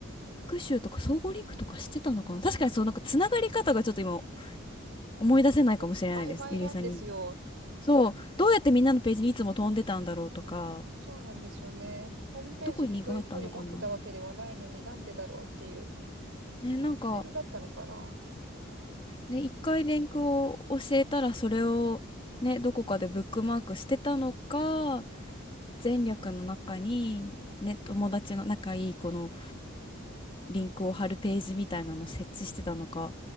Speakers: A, on the left; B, on the right.
A: ク集とか総合リンクとかしてたのかな確かにそうなんかつながり方がちょっと今思い出せないかもしれないです、
B: そう曖昧なんですよ。
A: ゆりえさんに。そう、どうやってみんなのページにいつも飛んでたんだろうとか、
B: そうなんですよね。ホームページ一人一人持ってたわけではないのになんでだろうっていう
A: どこにリンクがあったのかな。ね、なんか、
B: メールだったのかな
A: ね、一回リンクを教えたら、それを、ね、どこかでブックマークしてたのか、前略の中に、ね、友達の仲いい子のリンクを貼るページみたいなのを設置してたのか、